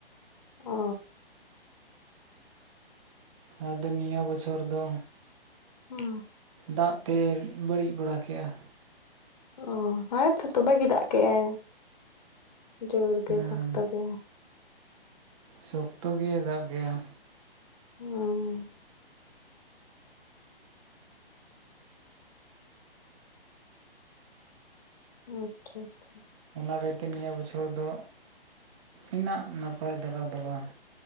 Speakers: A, on the left (about 45°); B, on the right (about 30°).
A: ᱚ
B: ᱟᱫᱚ ᱱᱤᱭᱟᱹ ᱵᱚᱪᱷᱚᱨ ᱫᱚ
A: ᱚ
B: ᱫᱟᱜᱛᱮ ᱵᱟᱹᱲᱤᱡ ᱵᱟᱲᱟ ᱠᱮᱜᱼᱟ
A: ᱚ ᱦᱚᱸᱭ ᱛᱚ ᱫᱚᱢᱮ ᱜᱮ ᱫᱟᱜ ᱠᱮᱜ ᱟᱭ ᱡᱳᱨ ᱜᱮ
B: ᱦᱮᱸ
A: ᱥᱚᱠᱛᱚ ᱜᱮ
B: ᱥᱚᱠᱛᱚ ᱜᱮ ᱫᱟᱵ ᱜᱮᱭᱟ
A: ᱚ ᱟᱪᱪᱷᱟ ᱟᱪᱪᱷᱟ
B: ᱚᱱᱟ ᱠᱟᱭᱛᱮ ᱱᱤᱭᱟᱹ ᱵᱚᱪᱷᱚᱨ ᱫᱚ ᱤᱱᱟᱹᱜ ᱱᱟᱯᱟᱭ ᱫᱷᱟᱨᱟ ᱫᱚ ᱵᱟᱝ